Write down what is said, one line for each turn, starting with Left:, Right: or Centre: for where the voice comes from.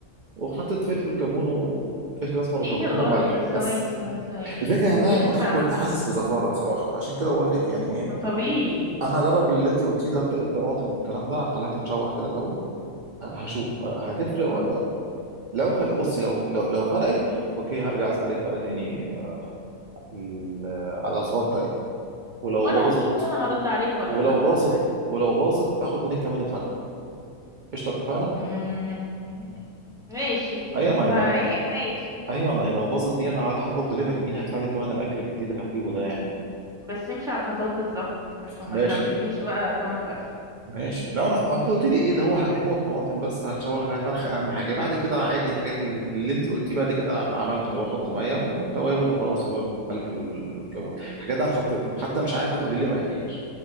Right: وحطيت فلفل كمون وفلفل اسمر وكمون
Centre: ايه القرف
Right: وملح
Centre: ده ثواني
Right: بس
Centre: ثواني ثواني
Right: الفكره
Centre: ايه
Right: ان انا
Centre: إيه اللي
Right: كنت
Centre: انت عملته
Right: كنت حاسس
Centre: ده
Right: بزفاره بصراحه فعشان كده بقول لك يعني إيه،
Centre: ما طبيعي
Right: انا هجرب اللي انت قلتيه ده الطماطم والكلام ده خليها تتشوح كده الاول هشوف هتفرق ولا
Centre: آه.
Right: لا لو ف- بصي لو لو لو فرقت اوكي هرجع اسالك بقى تاني ال- على وصفات تانية ولو
Centre: وانا
Right: باظت
Centre: هشوف وانا هرد عليك ولا
Right: ولو
Centre: لا بقى
Right: باظت
Centre: ساعتها
Right: ولو باظت هاخد منك كمان الفرخه قشطه اتفقنا
Centre: مم. ماشي
Right: ايوه
Centre: بس
Right: ما هي
Centre: ايه
Right: لا
Centre: ماشي
Right: ايوه ما هي لو باظت دي انا هروح اطلب دليفري مين هيدفع لي ثمن الاكل الجديد اللي هجيبه ده يعني
Centre: بس امشي على الخطوات بالظبط عشان
Right: ماشي
Centre: ما تلبسنيش بقى تمن فرف
Right: ماشي لو انا آه، انت قلت لي ايه ده هو هو الطماطم بس هتشوح بيها الفرخه اهم حاجه بعد كده عادي الحاجات ال- اللي انت قلتيه بعد كده انا عم- عملته اللي هو احط ميه والتوابل وخلاص اللي هو الفلفل وال- والكمون الحاجات دي انا حطيتها حتى مش عارفه تقولي لي مقادير